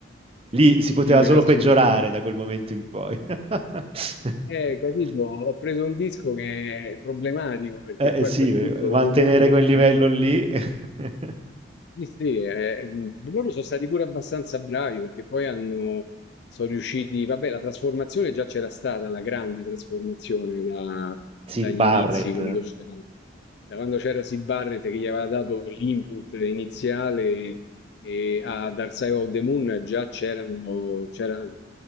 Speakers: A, on the right; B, on the left.
A: Lì
B: il
A: si poteva
B: primo
A: solo
B: in assoluto.
A: peggiorare da quel momento in poi. <laughs>
B: Eh, capito, ho preso un disco che è problematico perché
A: Eh,
B: poi
A: eh, sì,
B: a quel
A: eh,
B: punto,
A: mantenere
B: dopo quello,
A: quel
B: veramente.
A: livello lì. <laughs>
B: Sì, sì, eh, mh, loro sono stati pure abbastanza bravi perché poi hanno, sono riusciti, vabbè, la trasformazione già c'era stata, la grande trasformazione da- dagli
A: Sid Barrett,
B: inizi, quando c'era, da quando c'era Sid Barrett che gli aveva dato l'input iniziale e a Dark Side of the Moon già c'erano c'era-